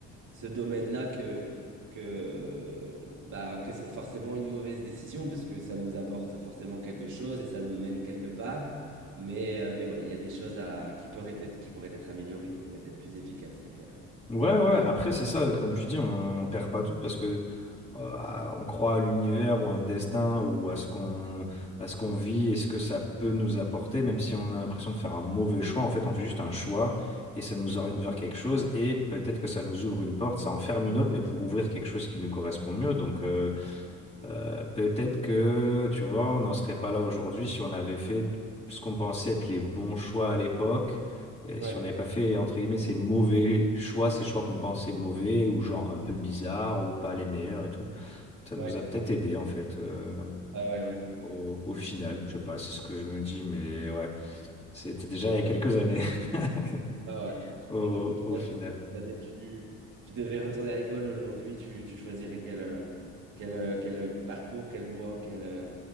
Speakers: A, on the right; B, on the left.
A: ce domaine-là que, que, bah, que c'est forcément une mauvaise décision parce que ça nous apporte forcément quelque chose et ça nous mène quelque part. Mais, euh, mais ouais, il y a des choses à, qui pourraient être, qui pourraient être améliorées, qui pourraient être plus efficaces, c'est clair.
B: Ouais, ouais, après, c'est ça, comme tu dis, on, on perd pas tout parce que euh, on croit à l'univers ou à un destin ou à ce qu'on à ce qu'on vit et ce que ça peut nous apporter, même si on a l'impression de faire un mauvais choix. En fait, on fait juste un choix et ça nous
A: Mhm.
B: oriente vers quelque chose et peut-être que ça nous ouvre une porte, ça en ferme une autre, mais pour ouvrir quelque chose qui nous correspond mieux. Donc, euh, euh, peut-être que, tu vois, on n'en serait pas là aujourd'hui si on avait fait ce qu'on pensait être les bons choix à l'époque, et
A: Ouais,
B: si on n'avait pas fait, entre guillemets, ces mauvais choix, ces choix qu'on pensait mauvais, ou genre un peu bizarres, ou pas les meilleurs et tout. Ça
A: ouais,
B: nous a peut-être aidé, en fait, euh,
A: ah ouais, ouais,
B: au, au final. Je sais pas, c'est ce que je me dis, mais ouais, c'était déjà il y a quelques années, <laughs>
A: ah ouais.
B: au,
A: Et du coup, toi,
B: au final.
A: si jamais tu, tu devais retourner à l'école aujourd'hui, tu, tu choisirais quel, euh, quel, euh, quel parcours, quelle voie, quel, euh,